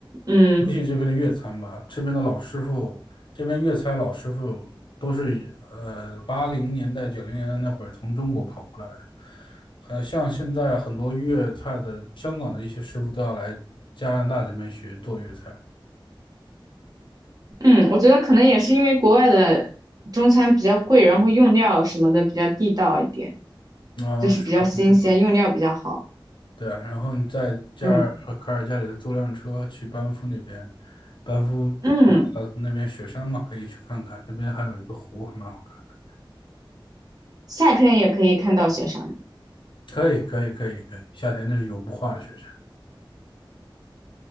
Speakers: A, on the right; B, on the left.
A: 嗯。
B: 也许这边的粤餐吧，这边的老师傅，这边粤菜老师傅都是呃八零年代、九零年代那会儿从中国跑过来的。呃，像现在很多粤菜的香港的一些师傅都要来加拿大这边学做粤菜，
A: 嗯，我觉得可能也是因为国外的中餐比较贵，然后用料什么的比较地道一点，
B: 嗯、
A: 就是比较新鲜，
B: 是可能是吧？
A: 用料比较好。
B: 对啊，然后你在加尔和卡尔加里租辆车去班夫那边，
A: 嗯
B: 班夫
A: 嗯，
B: 呃那边雪山嘛，可以去看看，那边还有一个湖还蛮好看
A: 夏天也可以看到雪山，
B: 的。可以，可以，可以，可以，夏天那是永不化的雪山。